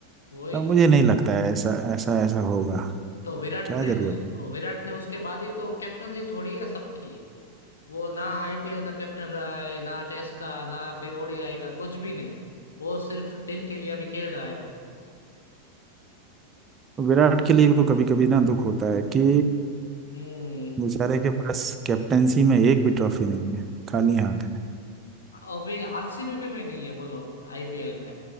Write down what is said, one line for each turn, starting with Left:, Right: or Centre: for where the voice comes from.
Left: वही
Right: तो मुझे
Left: तो
Right: नहीं लगता है ऐसा ऐसा ऐसा होगा
Left: तो विराट
Right: क्या
Left: ने
Right: जरूरत
Left: उस विराट ने उसके बाद ही तो कैप्टनसी छोड़ी है सबकी वो ना आईपीएल का कैप्टन रहा है ना टेस्ट का ना फिर ओडीआई का कुछ भी नहीं वो सिर्फ टीम के लिए अभी खेल रहा है वो
Right: है विराट के लिए तो कभी कभी ना दुख होता है कि
Left: हम्म
Right: बेचारे के पास कैप्टेंसी में एक भी ट्रॉफी नहीं है खाली हाथ है
Left: अभी आरसीबी भी, भी नहीं है बोलो आईपीएल में